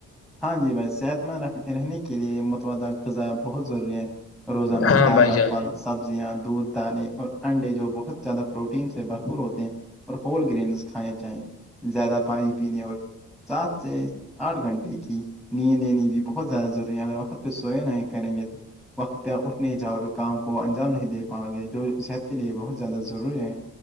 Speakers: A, in the centre; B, on the left (about 50°).
A: ہاں جی بھائی صحت مند رکھ رہنے کے لیے دہ غذایا بہت ضروری ہے روزانہ
B: ہاں
A: تازہ
B: بھائی جان
A: پھل سبزیاں دودھ دالیں اور انڈے جو بہت زیادہ پروٹین سے بھرپور ہوتے ہیں اور ہول گرین کھانے چاہیں زیادہ پانی پینے اور سات سے آٹھ گھنٹے کی نیند دینی بھی بہت زیادہ ضروری ہے اگر وقت پہ سوئے نہ کریں گے تو وقت پ اٹھ نہیں جاؤ کام کو انجام نہیں دے پاؤ گے جو صحت کے لیے بہت زیادہ ضروری ہیں